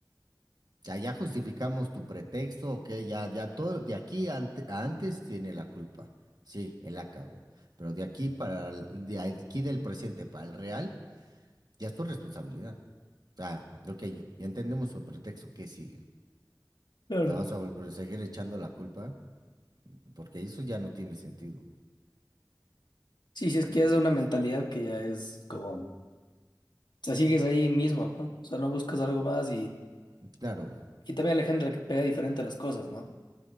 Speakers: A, on the right (about 65°); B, on the left (about 80°).
A: Ya, ya justificamos tu pretexto, ok, ya, ya todo, de aquí ante- a antes tiene la culpa. Sí, él la cagó. Pero de aquí para el- de aquí del presente para el real, ya es tu responsabilidad. Ah, ok, ya, ya entendemos su pretexto, ¿qué sigue?
B: Claro.
A: ¿La vas a volver a seguir echando la culpa? Porque eso ya no tiene sentido.
B: Sí, sí, es que es
A: Ya
B: una
A: dices,
B: mentalidad que ya es como... O sea, sigues ahí mismo, ¿no? O sea, no buscas algo más y
A: Claro,
B: Y también la gente que pega diferente a las cosas, ¿no?